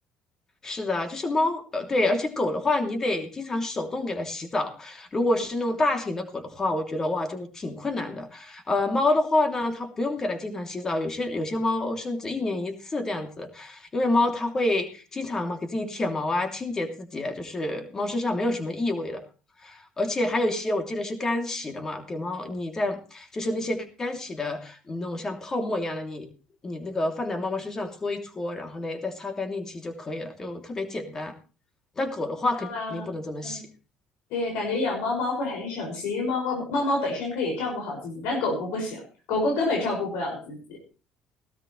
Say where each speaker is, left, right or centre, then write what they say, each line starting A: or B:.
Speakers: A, on the left; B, on the left.
A: 是的，就是猫，呃，对，而且狗的话，你得经常手动给它洗澡。如果是那种大型的狗的话，我觉得哇，就挺困难的。呃，猫的话呢，它不用给它经常洗澡，有些有些猫甚至一年一次这样子，因为猫它会经常嘛给自己舔毛啊，清洁自己啊就是猫身上没有什么异味的。而且还有一些我记得是干洗的嘛，给猫你在就是那些干洗的嗯那种像泡沫一样的，你你那个放在猫猫身上搓一搓，然后呢再擦干净其实就可以了，就特别简单。但狗的话肯定不能这么洗。
B: 啊，嗯，对，感觉养猫猫会很省心，因为猫猫猫猫本身可以照顾好自己，但狗狗不行，狗狗根本照顾不了自己。